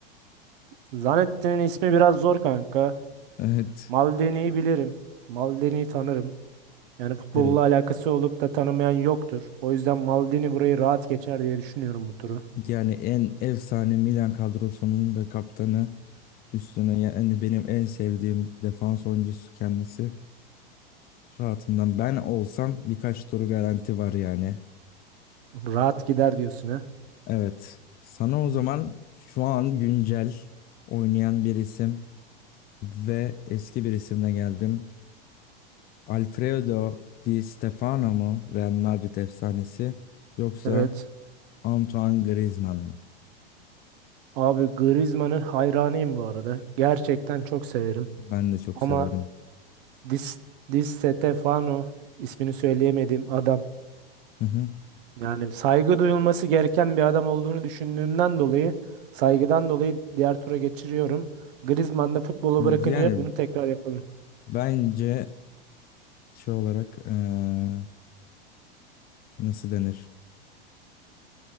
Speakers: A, on the right; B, on the left.
A: Zanettin'in ismi biraz zor kanka.
B: Evet.
A: Maldini'yi bilirim. Maldini'yi tanırım. Yani futbolla
B: Direkt.
A: alakası olup da tanımayan yoktur. O yüzden Maldini burayı rahat geçer diye düşünüyorum bu turu.
B: Yani en efsane Milan kadrosunun da kaptanı üstüne yani benim en sevdiğim defans oyuncusu kendisi. Rahatından ben olsam birkaç tur garanti var yani.
A: Rahat gider diyorsun ha.
B: Evet. Sana o zaman şu an güncel oynayan bir isim ve eski bir isimle geldim. Alfredo Di Stefano mu Real Madrid efsanesi yoksa
A: Evet.
B: Antoine Griezmann mı?
A: Abi Griezmann'ın hayranıyım bu arada. Gerçekten çok severim.
B: Ben de çok
A: Ama
B: severim.
A: Dis, Di Stefano ismini söyleyemediğim adam
B: Hı hı.
A: Yani saygı duyulması gereken bir adam olduğunu düşündüğümden dolayı, saygıdan dolayı diğer tura geçiriyorum. Griezmann da futbolu bırakınca
B: Yani
A: bunu tekrar yapalım.
B: bence şey olarak eee, nasıl denir?